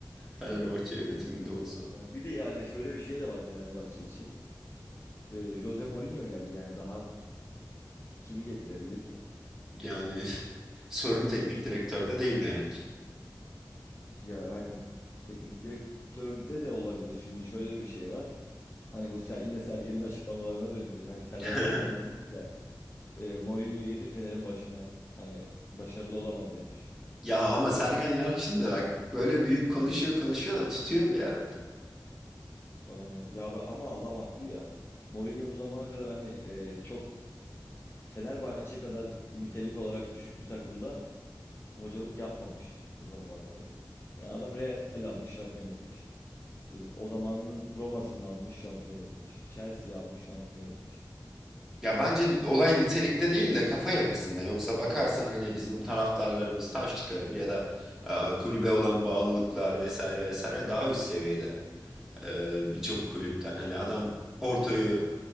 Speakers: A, in the centre; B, on the left.
A: Fenerbahçe yönetiminde olsam.
B: Yani Bir de yani şöyle bir şey de var Fenerbahçe için. Ee, Jose Mourinho geldi yani daha kimi getirebilir ki?
A: Yani <laughs> sorun teknik direktörde değil demek ki.
B: Ya aynen. Teknik direktörde de olabilir. Şimdi şöyle de bir şey var. Hani bu Ser, yine Sergen'in açıklamalarına döneceğiz. Hani Sergen
A: <laughs>
B: zamanında demiş ya. E, Mourinho'yu getir Fener'in başına. Hani başarılı olamaz demiş.
A: Ya ama Sergen Yalçın da bak böyle büyük konuşuyor konuşuyor da tutuyor bir yerde.
B: Aynen. Ya be- ama adam haklı ya. Mourinho bu zamana kadar hani e, çok Fenerbahçe kadar nitelik olarak düşük bir takımda hocalık yapmamış bu zamana kadar. Yani adam Real almış, şampiyon etmiş. Z- O zamanının Roma'sını almış, şampiyon etmiş. Chelsea'yi almış, şampiyon etmiş.
A: Ya bence olay nitelikte değil de kafa yapısında. Yoksa bakarsan hani bizim taraftarlarımız taş çıkarır ya da e, kulübe olan bağlılıklar vesaire vesaire daha üst seviyede e, birçok kulüpten. Hani adam Porto'yu